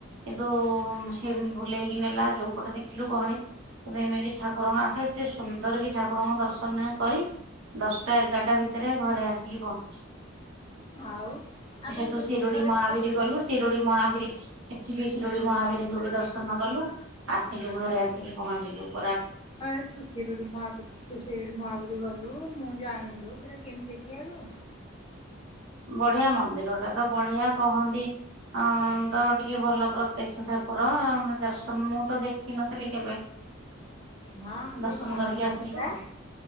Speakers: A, on the right; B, on the left.
A: କିନ୍ତୁ ସେମିତି ବୁଲେଇକି ନେଲା ଯୋଉ ପଟେ ଦେଖିଲୁ ଗହଳି ଏମିତି ଠାକୁରଙ୍କ ଆସିଲେ ଏତେ ସୁନ୍ଦର କି ଠାକୁରଙ୍କ ଦର୍ଶନ କରି ଦଶଟା ଏଗାରଟା ଭିତରେ ଘରେ ଆସିକି ପହଞ୍ଚି
B: ଆଉ ଆଉ କାଇଁ
A: ତୁ ଶିରୁଡି
B: ଥରେ
A: ମହାବୀର
B: ତୁ
A: ଗଲୁ ଶିରୁଡି ମହାବୀର ସେଠି ବି ଶିରୁଡି ମହାବୀରଙ୍କୁ ବି ଦର୍ଶନ କଲୁ ଆସିଲୁ ଘରେ ଆସିକି ପହଞ୍ଚିଲୁ ପରା
B: ହେଠୁ ଶିରୁଡ଼ି ମହାବୀର ଶିରୁଡି ମହାବୀର ମୁଁ ଜାଣିନି ସେଟା କେମିତି ଦେଖିବାକୁ?
A: ବଢିଆ ମନ୍ଦିର ଟା ତ ବଢିଆ କହନ୍ତି। ହଁ ତ ଟିକେ ଭଲ ପ୍ରତ୍ୟକ୍ଷ ଠାକୁର। ଦର୍ଶନ ମୁଁ ତ ଦେଖିନଥିଲି କେବେ। <inaudible>
B: ହଁ
A: ଦର୍ଶନ
B: ଯ ହନୁମାନ
A: କରିକି ଆସିଲୁ
B: ପରା
A: ଆଉ